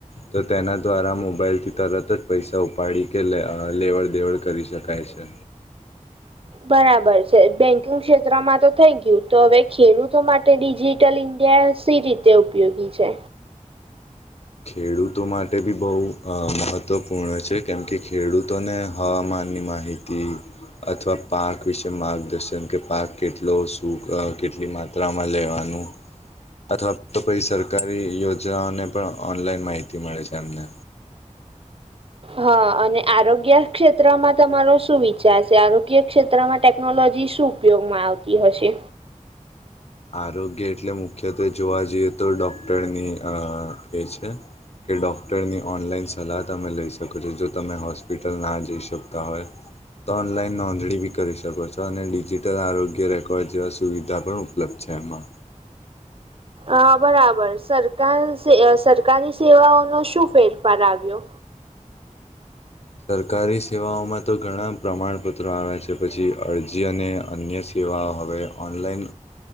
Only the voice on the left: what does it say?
તો તેના દ્વારા મોબાઈલથી તરત જ પૈસા ઉપાડી કે અ લેવડ દેવડ કરી શકાય છે.
ખેડૂતો માટે બી બહુ મહત્ત્વપૂર્ણ છે કેમ કે ખેડૂતોને હવામાનની માહિ તી અથવા પાક વિશે માર્ગદર્શન કે પાક કેટલો શું અ કેટલી માત્રામાં લેવાનું? અથવા તો કોઈ સરકારી યોજનાઓને પણ ઓનલાઈન માહિતી મળે છે એમને.
આરોગ્ય એટલે મુખ્યત્વે જોવા જઈએ તો ડોક્ટરની અ એ છે. કે ડૉક્ટરની ઓનલાઈન સલાહ તમે લઈ શકો છો, જો તમે હોસ્પિટલ ના જઈ શકતા હોય. તો ઓનલાઈન નોંધણી બી કરી શકો છો અને ડિજિટલ આરોગ્ય રેકોર્ડ જેવા સુવિધા પણ ઉપલબ્ધ છે એમાં.
સરકારી સેવાઓમાં તો ઘણા પ્રમાણપત્રો આવે છે પછી અરજી અને અન્ય સેવાઓ હવે ઓનલાઈન